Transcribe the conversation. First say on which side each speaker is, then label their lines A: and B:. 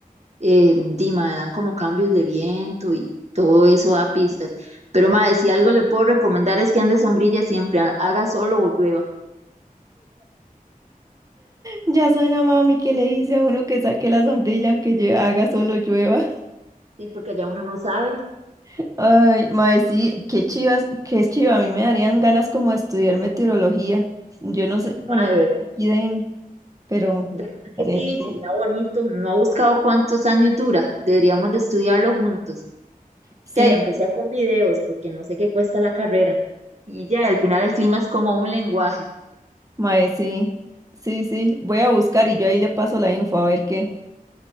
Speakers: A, on the right (about 45°); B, on the right (about 20°).
A: eh, Dima, dan como cambios de viento y todo eso da pistas. Pero, madre, si algo le puedo recomendar es que ande sombrilla siempre, ha- haga solo o llueva.
B: Ya suena mami que le dice a uno que saque la sombrilla aunque lle- haga solo llueva.
A: Sí, porque allá uno no sabe.
B: <laughs> Ay, mae, sí, qué chivas, qué chiva, a mí me darían ganas como de estudiar meteorología. Yo no sé,
A: Madre,
B: bueno,
A: ¿verdad?
B: aquí den, pero
A: ¿Verdad
B: estaría
A: que sí?
B: chido.
A: Sería bonito. No ha buscado cuántos años dura. Deberíamos de estudiarlo juntos.
B: Sí,
A: Ya, y aunque sea con videos, porque no sé qué cuesta la carrera. Y ya, al final el clima es como un lenguaje.
B: mae, sí, sí, sí, voy a buscar y yo ahí le paso la info a ver qué.